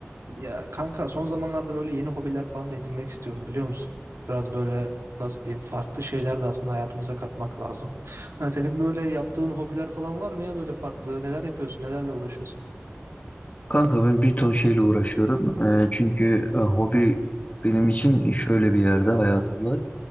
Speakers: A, on the right; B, on the left.
A: Ya kanka son zamanlarda böyle yeni hobiler falan da edinmek istiyorum biliyor musun? Biraz böyle nasıl diyeyim farklı şeyler de aslında hayatımıza katmak lazım. Ha, senin böyle yaptığın hobiler falan var mı ya böyle farklı? Neler yapıyorsun? Nelerle uğraşıyorsun?
B: Kanka ben bir ton şeyle uğraşıyorum. Ee, çünkü e, hobi benim için şöyle bir yerde hayatımda.